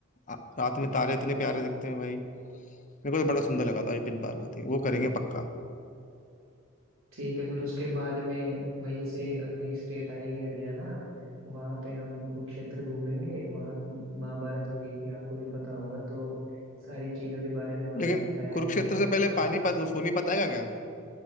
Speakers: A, on the left (about 40°); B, on the right (about 75°).
A: आ- रात में तारे इतने प्यारे दिखते हैं भाई मेरे को तो बड़ा सुंदर लगा था ये पिन पार्वती वो करेंगे पक्का
B: ठीक है फिर उसके बाद में वहीं से अगली स्टेट आएगी हरियाणा वहां पे हम कुरुक्षेत्र घूमेंगे वहां पे महाभारत हुई थी आपको भी पता होगा तो सारी चीजों के बारे में वहां
A: लेकिन
B: पे बताया
A: कुरुक्षेत्र
B: गया है
A: से पहले पानीपत सोनीपत आएगा क्या